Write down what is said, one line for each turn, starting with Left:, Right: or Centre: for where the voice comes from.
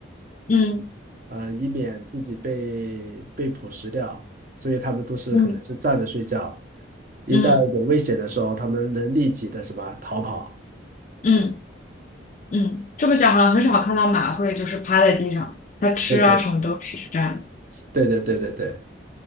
Left: 嗯
Right: 呃，以免自己被被捕食掉。所以它们都是可能是站着睡觉，
Left: 嗯。
Right: 一旦有危险的时候，
Left: 嗯
Right: 它们能立即的什么逃跑。
Left: 嗯嗯，这么讲好像很少看到马会就是趴在地上，它吃啊什么都是这样的。
Right: 对对对对对对对。